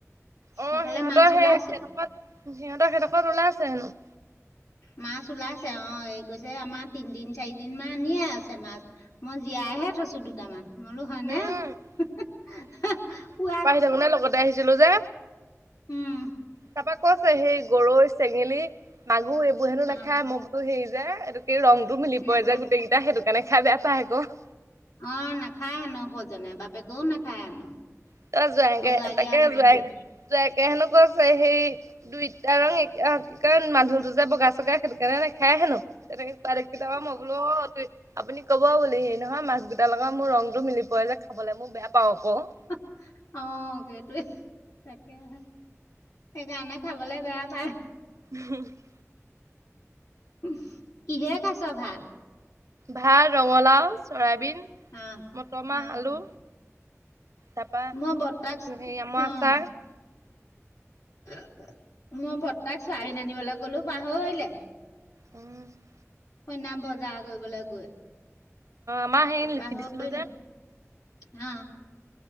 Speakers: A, on the right; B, on the left.
A: অঁ!
B: সেইফালে
A: সিহঁতৰ
B: মাছ ওলাইছে।
A: সেই দসত সিহঁতৰ সেই দসত‌ ওলাই আছে হেনো। <inaudible>
B: মাছ ওলাইছে অঁ এই কৈছে আমাৰ তিনদিন, চাৰিদিন মান আনিয়ে আছে মাছ। <inaudible> মই জীয়াইহে থৈছো দুটামান মোলো হয়নে
A: উম
B: <inaudible>
A: জমুনা লগত <unintelligible> <inaudible> ছিলো যে।
B: উম! <unintelligible>
A: তাৰপা কৈছে সেই গৰৈ, চেঙেলী, মাগুৰ এইবোৰ <inaudible> <inaudible> হেনো
B: অ',
A: নাখায় মুখবোৰ হেৰি যে এইটো কি ৰংটো মিলি
B: নাখায়
A: পৰে যে গোটেইকেইটা সেইটো কাৰণে খাই বেয়া পায় আকৌ। <inaudible>
B: অঁ! নাখায় হেনো সৌজাই বাপেকেও নাখায় হেনো। <unintelligible>
A: <inaudible> জোৱাইয়েকে‌
B: অগৰাকী
A: তাকে
B: আৰু ধনীকোৱে
A: জোৱাইকে হেনু‌ কৈছে সেই <unintelligible> দুইটা ৰং এক কি কাৰণ মানুহতো যে বগা-চগা সেইটো কাৰণে ন <inaudible> <inaudible> হেনো তেনেকে কোৱা দেখি মই বোলো অ <unintelligible> আপুনি কব বুলি সি নহয় মাছ গোটাৰ লগত মোৰ ৰংটো মিলি পৰে যে খাবলে মই বেয়া পাওঁ আকৌ। <inaudible>
B: <inaudible> অঁ! সেইটোৱেই তাকে সেই কাৰনে <unintelligible> খাবলৈ বেয়া পায়। <unintelligible>
A: হম <inaudible>
B: <inaudible> কিহে খাইছ ভাত?
A: ভাত ৰঙালাও, চয়াবিন। <inaudible>
B: অ',
A: মটৰ
B: অ',
A: মাহ, আলু তাৰ পৰা হেৰি
B: মই বৰ্তাক
A: আমৰ
B: অ',
A: আচাৰ। <inaudible>
B: <inaudible> মই বৰ্তাক চয়াবিন আনিবলৈ কলো পাহৰিলে।
A: উম <unintelligible>
B: সৈনা বজাৰ কৰিবলৈ গৈ
A: আমাৰ সেই লিখি
B: পাহৰিলে
A: দিছিলো যে
B: আ